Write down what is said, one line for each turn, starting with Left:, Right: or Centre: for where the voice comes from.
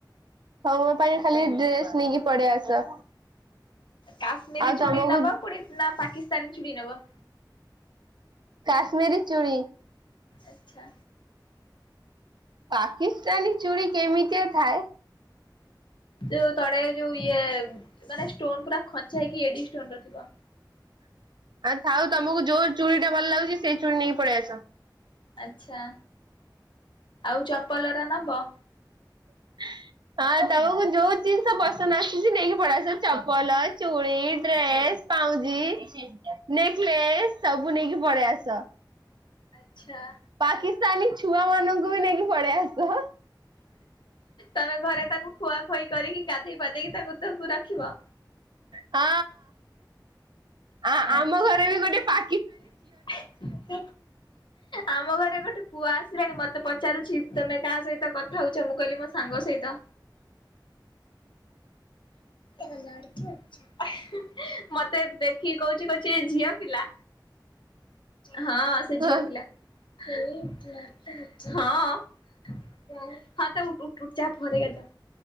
Right: ସମ ପାଇଁ ଖାଲି ଡ୍ରେସ ନେଇକି ପଳେଇ ଆସ।
Left: କାଶ୍ମୀରୀ
Right: ଆଉ
Left: ଚୁଡି
Right: ତମକୁ
Left: ନବ ପୁଣି ନା ପାକିସ୍ତାନୀ ଚୁଡି ନବ?
Right: କାଶ୍ମୀରୀ ଚୁଡ଼ି।
Left: ଆଛା।
Right: ପାକିସ୍ତାନୀ ଚୁଡ଼ି କେମିତିଆ ଥାଏ?
Left: ଯୋଉ ତଳେ ଯୋଉ ଇଏ ମାନେ ଷ୍ଟୋନ ପୁରା ଖଞ୍ଚା ହେଇକି ଏଡି ଷ୍ଟୋନ ର ଥିବ।
Right: ଆଉ ଥାଉ ତମକୁ ଯୋଉ ଚୁଡ଼ି ଟା ଭଲ ଲାଗୁଛି ସେଇ ଚୁଡ଼ି ନେଇକି ପଳେଇ ଆସ।
Left: ଆଛା ଆଉ ଚପଲରା ନବ।
Right: <inaudible> ହଁ ତମକୁ ଯୋଉ ଜିନିଷ ପସନ୍ଦ ଆସଛି ସେ ନେଇକି ପଳେଇ ଆସ। ଚପଲ, ଚୁଡ଼ି, ଡ୍ରେ ଏ ପାଉଁଜି, ନେକଲେସ ସବୁ ନେଇକି ପଳେଇ ଆସ।
Left: ଆଚ୍ଛା
Right: ପାକିସ୍ତାନୀ ଛୁଆ ମାନଙ୍କୁ ବି ନେଇକି ପଳେଇ ଆସ।
Left: ତମେ ଘରେ ତାଙ୍କୁ ଖୁଆଖୋଇ କରିକି ଗାଧେଇ ପାଧେଇକି ତାଙ୍କୁ ତ ରଖିବ।
Right: ହଁ। ଆ ଆମ
Left: ଆଚ୍ଛା
Right: ଘରେ ବି ଗୋଟେ ପା
Left: <inaudible> ଆମ ଘରେ ଗୋଟେ ଗୋଟେ ପୁଅ ଆସିଲାଣି ମତେ ପଚାରୁଛି ତମେ କାହା ସହିତକଥାଉଛ? ଚ ମୁଁ କାହିଲି ମୋ ସାଙ୍ଗ ସହିତ। ହଲିକ ଅ <inaudible> ମତେ ଦେଖିକି କହୁଛି କହୁଛି ଝିଅ ପିଲା। ହଁ ସେ ଝିଅ
Right: ହଁ
Left: ପିଲା ହଁ। ହଁ ତ ଉ ଟଟ ଟଟ ଯା ଭରେଗ ଯ